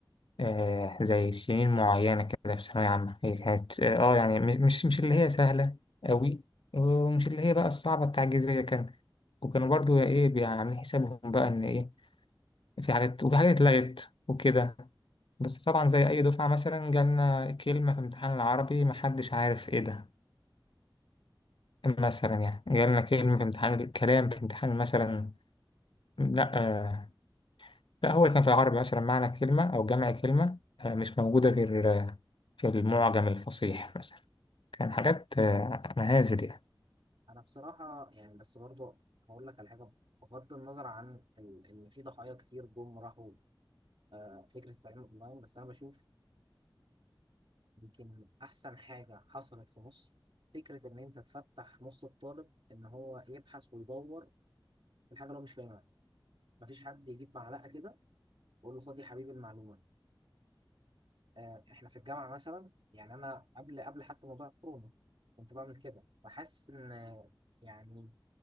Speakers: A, on the left; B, on the right.
A: آه، زي سنين معينة كده في ثانوية عامة هي كانت اه آه، يعني م- مش مش اللي هي سهلة أوي ومش اللي هي بقى الصعبة التعجيزية كان وكانوا برضو ايه بي- عاملين حسابهم بقى ان ايه في حاجات وفي حاجات اتلغت وكده بس طبعا زي أي دفعة مثلا جالنا كلمة في امتحان العربي محدش عارف ايه ده مثلا يعني جالنا كلمة في امتحان الكلام في امتحان مثلا لا آه لا هو اللي كان في العربي مثلا معنى كلمة أو جمع كلمة آه مش موجودة غير آه، في المعجم الفصيح مثلا كان حاجات آه، مهازل يعني
B: انا بصراحة يعني بس برضو هقول لك على حاجة بغض النظر عن ال... ان في ضحايا كتير جم راحوا آه، فكرة التعليم اونلاين بس انا بشوف يمكن احسن حاجة حصلت في مصر فكرة ان انت تفتح نص الطالب ان هو يبحث ويدور في الحاجة اللي هو مش فاهمها مفيش حد يجيب معلقة كده ويقول له خد يا حبيبي المعلومة آه، احنا في الجامعه مثلا يعني انا قبل قبل حتى موضوع الكورونا كنت بعمل كده فحاسس ان آه، يعني